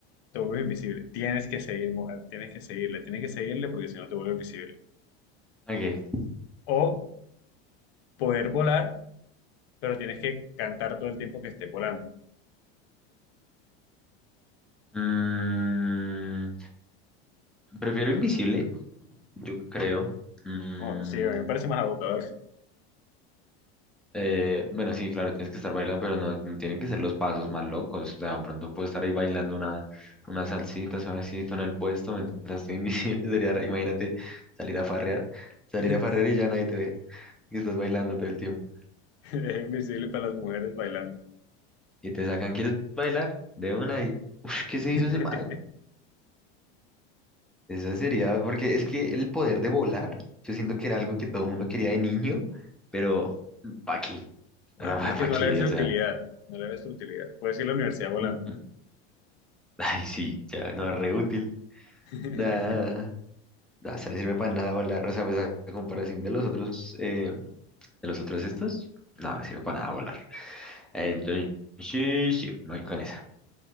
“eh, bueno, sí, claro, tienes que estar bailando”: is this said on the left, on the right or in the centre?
Centre